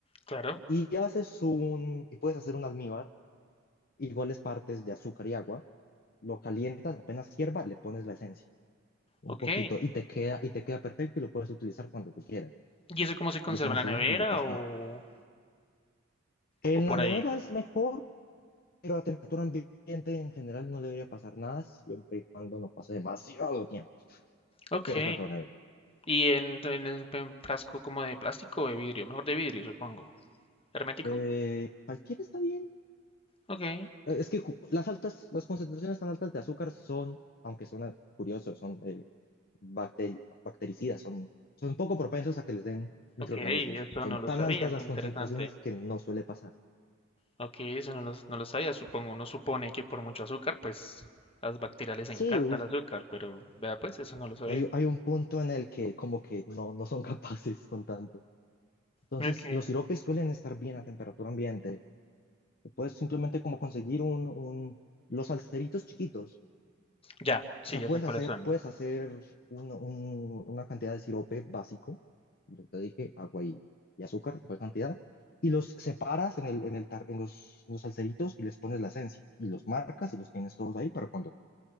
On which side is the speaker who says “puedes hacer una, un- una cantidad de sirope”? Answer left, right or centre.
Left